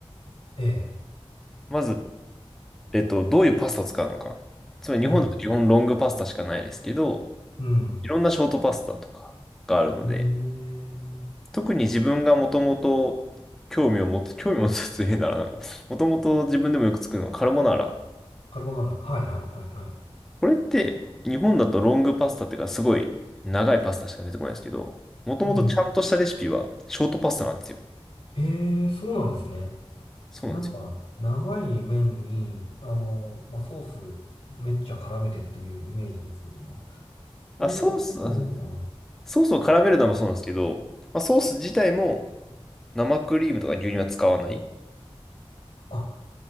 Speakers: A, on the left; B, in the centre.
A: ええ。
B: まず、えっと、どういうパスタを使うのか。つまり日本だと基本ロングパスタしかないですけど、
A: うん。うん。
B: いろんなショートパスタとかがあるので、
A: ええ。
B: 特に自分がもともと興味を持って、興味を持つつ変だな、なんか、もともと自分でもよく作るのがカルボナーラ。
A: カルボナーラ。はいはいはいはい。
B: これって、日本だとロングパスタっていうか、すごい長いパスタしか出てこないんですけど、もともとちゃんとしたレシピはショートパスタなんですよ。
A: うん。ええ、そうなんですね。
B: そうなんですよ。
A: なんか、長い麺に、あの、まあ、ソースめっちゃ絡めてっていうイメージですけども。
B: あ、
A: そういう感じじゃないんだ。
B: ソース、あソースを絡めるのもそうなんですけど、まあ、ソース自体も生クリームとか牛乳は使わない。
A: あ、